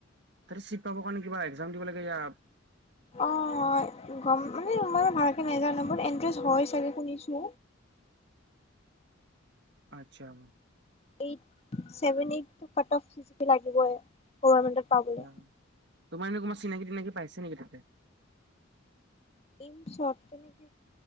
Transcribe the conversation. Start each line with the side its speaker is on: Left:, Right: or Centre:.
Right: তাতে চিট পাব কাৰণে কিবা এক্সাম দিব লাগে ইয়া
Left: অ, গম মা এই মানে ভালকে নেজানো বাট এণ্ট্ৰেন্স হয় চাগে শুনিছো।
Right: আচ্ছা হ'ব।
Left: এইট ছেভেন এইটো কাট অফ লাগিবই গভৰ্মেণ্টত পাবলে
Right: অ তোমাৰ এনে কমমান চিনাকি-তিনাকি পাইছে নেকি তাতে।
Left: ইম শ্বপ মানে কি?